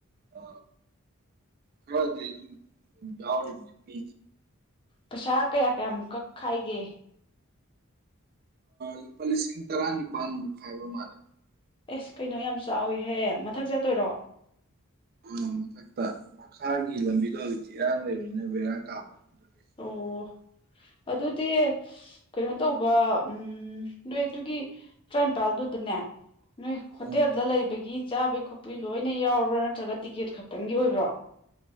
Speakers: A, on the right; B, on the left.
A: ꯑ ꯈꯔ ꯑꯗꯨ ꯌꯥꯎꯗꯤ ꯄꯤ
B: ꯄꯩꯁꯥ ꯀꯌꯥ ꯀꯌꯥꯃꯨꯛ ꯀꯛꯈꯥꯏꯒꯦ
A: ꯂꯨꯄꯥ ꯂꯤꯁꯤꯡ ꯇꯔꯥꯅꯤꯄꯥꯜꯃꯨꯛ ꯍꯥꯏꯥꯏꯕ ꯃꯥꯜꯂꯦ
B: ꯑꯦꯁ ꯀꯩꯅꯣ ꯌꯥꯝ ꯆꯥꯎꯋꯤꯍ꯭ꯔꯦ ꯃꯊꯛ ꯆꯠꯇꯣꯏꯔꯣ
A: ꯑ ꯃꯊꯛꯇ ꯃꯈꯥꯒꯤ ꯂꯝꯕꯤꯗꯣ ꯍꯧꯖꯤꯛꯇꯤ ꯏꯔꯥꯡ ꯂꯩꯕꯅꯤꯅ ꯕꯦꯔꯥ ꯀꯥꯕꯣ <inaudible>
B: ꯑꯣ ꯑꯗꯨꯗꯤ ꯀꯩꯅꯣ ꯇꯧꯕ ꯎꯝ ꯅꯣꯏ ꯑꯗꯨꯒꯤ ꯇꯔꯥꯝꯄꯥꯜꯗꯨꯗꯅꯦ ꯅꯣꯏ ꯍꯣꯇꯦꯜꯗ
A: ꯎꯝ,
B: ꯂꯩꯕꯒꯤ ꯆꯥꯕ ꯈꯣꯠꯄ ꯂꯣꯏꯅ ꯌꯥꯎꯔꯕ꯭ꯔꯥ ꯅꯠꯇ꯭ꯔꯒ ꯇꯤꯛꯀꯦꯠ ꯈꯛꯇꯪꯒꯤ ꯑꯣꯏꯕ꯭ꯔꯣ